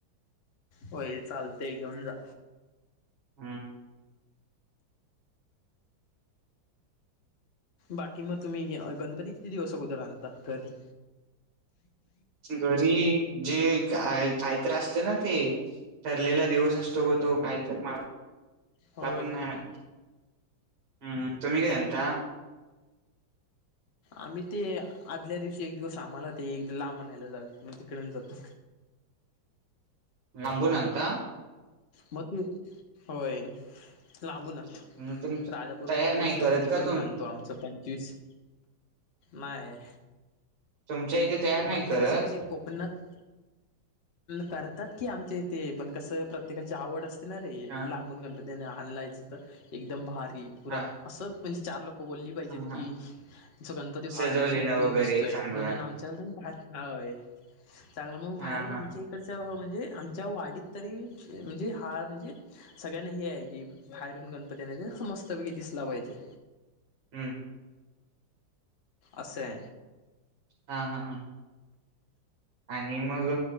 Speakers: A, on the left; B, on the right.
A: होय चालते घेऊन जा
B: हम
A: बाकी मग तुम्ही गणपती किती दिवस अगोदरता घरी.
B: घरी जे आहे. काहीत असते ना ते ठरलेला दिवस असतो ग तो काहीत मला.
A: होय
B: का पण नाही म्ह. हम्म तुम् ग एंत.
A: आम्ही ते आदल्या दिवशी एक दिवस आम्हाला ते एक ला म्हणायला जालही तिकडेून जातो.
B: नबुनंत.
A: मग त होय लांब न.
B: हम्म तुम
A: राजापूर
B: तयार
A: प्रॉपर
B: नाही
A: शहर
B: करत
A: तिकडून
B: का तुम
A: आणतो आमच प. पचवीस मे.
B: तुमच्या इथे तयार नाही
A: प्रत्येकाची
B: करत
A: कशी कोकणात. करतात कि आमच्या इथे पण कसं प्रत्येकाची आवड असते. रे
B: हा
A: लांबून गणपती आणलायचं तर एकदम भारी पुरा
B: हा
A: असं म्हणजे चार लोक. लक बोलली पाहिजेत
B: हा
A: कीचं
B: हा
A: गणपती भारी
B: सजवलेला
A: असं उठून
B: वगैरे
A: दिसतोय
B: चांगला
A: म्हणून आमच्या भार. हय चांगलं मग बाहेरून
B: हा हा हा.
A: आमच्या इकडच्या म्हणजे आमच्या वाडीत तरी. म्हणजे हा म्हणजे सगळ्यांना हे आहे की बाहेरून गणपतीना स मस्तपैकी दिसला पाहिजे. ग
B: हम्म.
A: असशे.
B: हा हा हा आणि मग